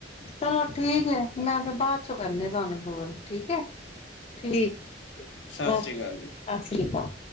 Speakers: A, on the left; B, on the left.
A: ਚਲੋ ਠੀਕ ਹੈ, ਮੈਂ ਫਿਰ ਬਾਅਦ ਚੋਂ ਕਰਨੀ ਆ ਤੁਹਾਨੂੰ, ਹੋਰ ਠੀਕ ਏ ਠੀਕ -ਠੀਕ
B: ਸਤਿ
A: ਓਕੇ
B: ਸ੍ਰੀ ਅਕਾਲ
A: ਸਤ
B: ਜੀ।
A: ਸ਼੍ਰੀਕਾਲ।